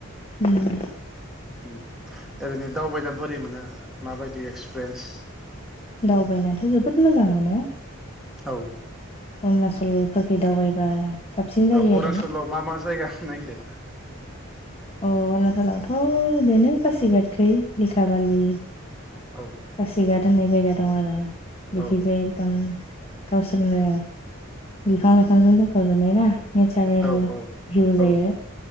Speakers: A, on the left (about 30°); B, in the centre.
A: <inaudible>
B: ओम ओरैनो दावबायना बोरै मोनो माबायदि एक्सपिरियेन्स?
A: दावबायनाथ' जोबोद मोजां मोनो।
B: औ।
A: अरुणचलफोरखै दावबायबा साबसिन जायो
B: ओ अरुणाचलाव
A: आरो
B: मा मा जायगाखो नायखो?
A: अ' अरुणनाचलावथ' बेनो फासिगादखै लेखाबालि
B: औ
A: फासिगाद होन्नाय जायगा दं आरो बेखैजाय
B: औ
A: एकदम गावसोरनो बिफां-लाइफांजों बुंफबजोबनाय ना। नेचारेल
B: औ
A: भिउ
B: औ
A: जायो।